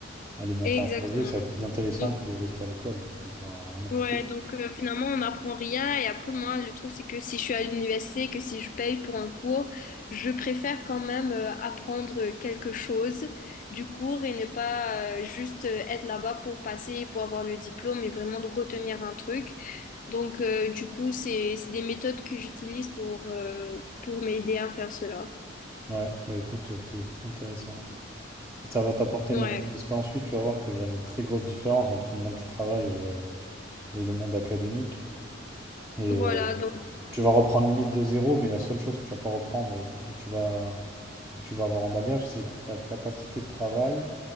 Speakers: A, on the right; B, on the left.
A: Aller monter
B: exactement.
A: un projet, ça va être plus intéressant
B: Donc
A: que rester à l'école. Enfin, Ça va rien apporter.
B: Ouais, donc euh, finalement, on n'apprend rien. Et après, moi, le truc, c'est que si je suis à l'université, que si je paye pour un cours, je préfère quand même euh, apprendre quelque chose du cours et ne pas euh, juste euh, être là-bas pour passer, pour avoir le diplôme, mais vraiment de retenir un truc. Donc, euh, du coup, c'est, c'est des méthodes que j'utilise pour, euh, pour m'aider à faire cela.
A: Ouais, bah écoute, c'est intéressant. Et ça va t'apporter
B: Ouais,
A: même. Parce qu'ensuite, tu vas voir qu'il y a une très grosse différence entre le monde du travail et, et le monde académique. Et
B: voilà,
A: euh,
B: donc,
A: tu vas reprendre limite de zéro, mais la seule chose que tu vas pas reprendre et où tu vas que tu vas avoir en bagage, c'est ta capacité de travail